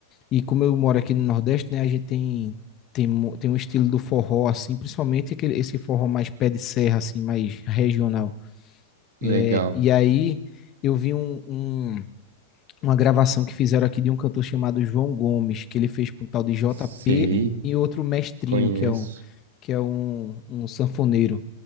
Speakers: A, on the left; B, on the right.
A: e como eu moro aqui no Nordeste, né, a gente tem, tem, mu- tem um estilo do forró, assim, principalmente aquele, esse forró mais pé de serra, assim, mais regional.
B: Legal.
A: É, e aí eu vi um, um- uma gravação que fizeram aqui de um cantor chamado João Gomes, que ele fez com o tal de JP
B: Sei,
A: e outro Mestrinho,
B: conheço.
A: que é um, que é um, um sanfoneiro.